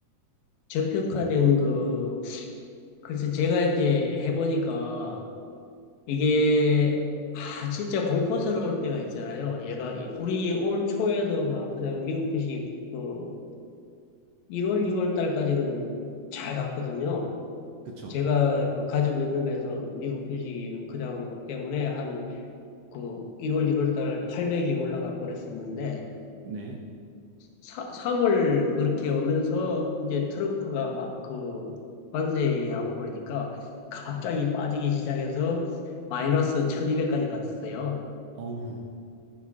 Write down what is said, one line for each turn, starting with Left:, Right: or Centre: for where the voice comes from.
Left: 저평가된 그 글쎄 제가 이제 해보니까 이게 아 진짜 공포스러울 때가 있잖아요. 얘가 우리 올 초에도 막 그냥 미국 주식 그 1월, 2월 달까지는 잘 갔거든요.
Right: 그쵸?
Left: 제가 그 가지고 있는 거에서 미국 주식이 그냥 때문에 한 그 1월, 1월 달 800이 올라가 버렸었는데,
Right: 네.
Left: 사, 3월 그렇게 오면서 이제 트럼프가 막 그 관세 얘기하고 그러니까 갑자기 빠지기 시작해서 마이너스 1200까지 갔었어요.
Right: 어우,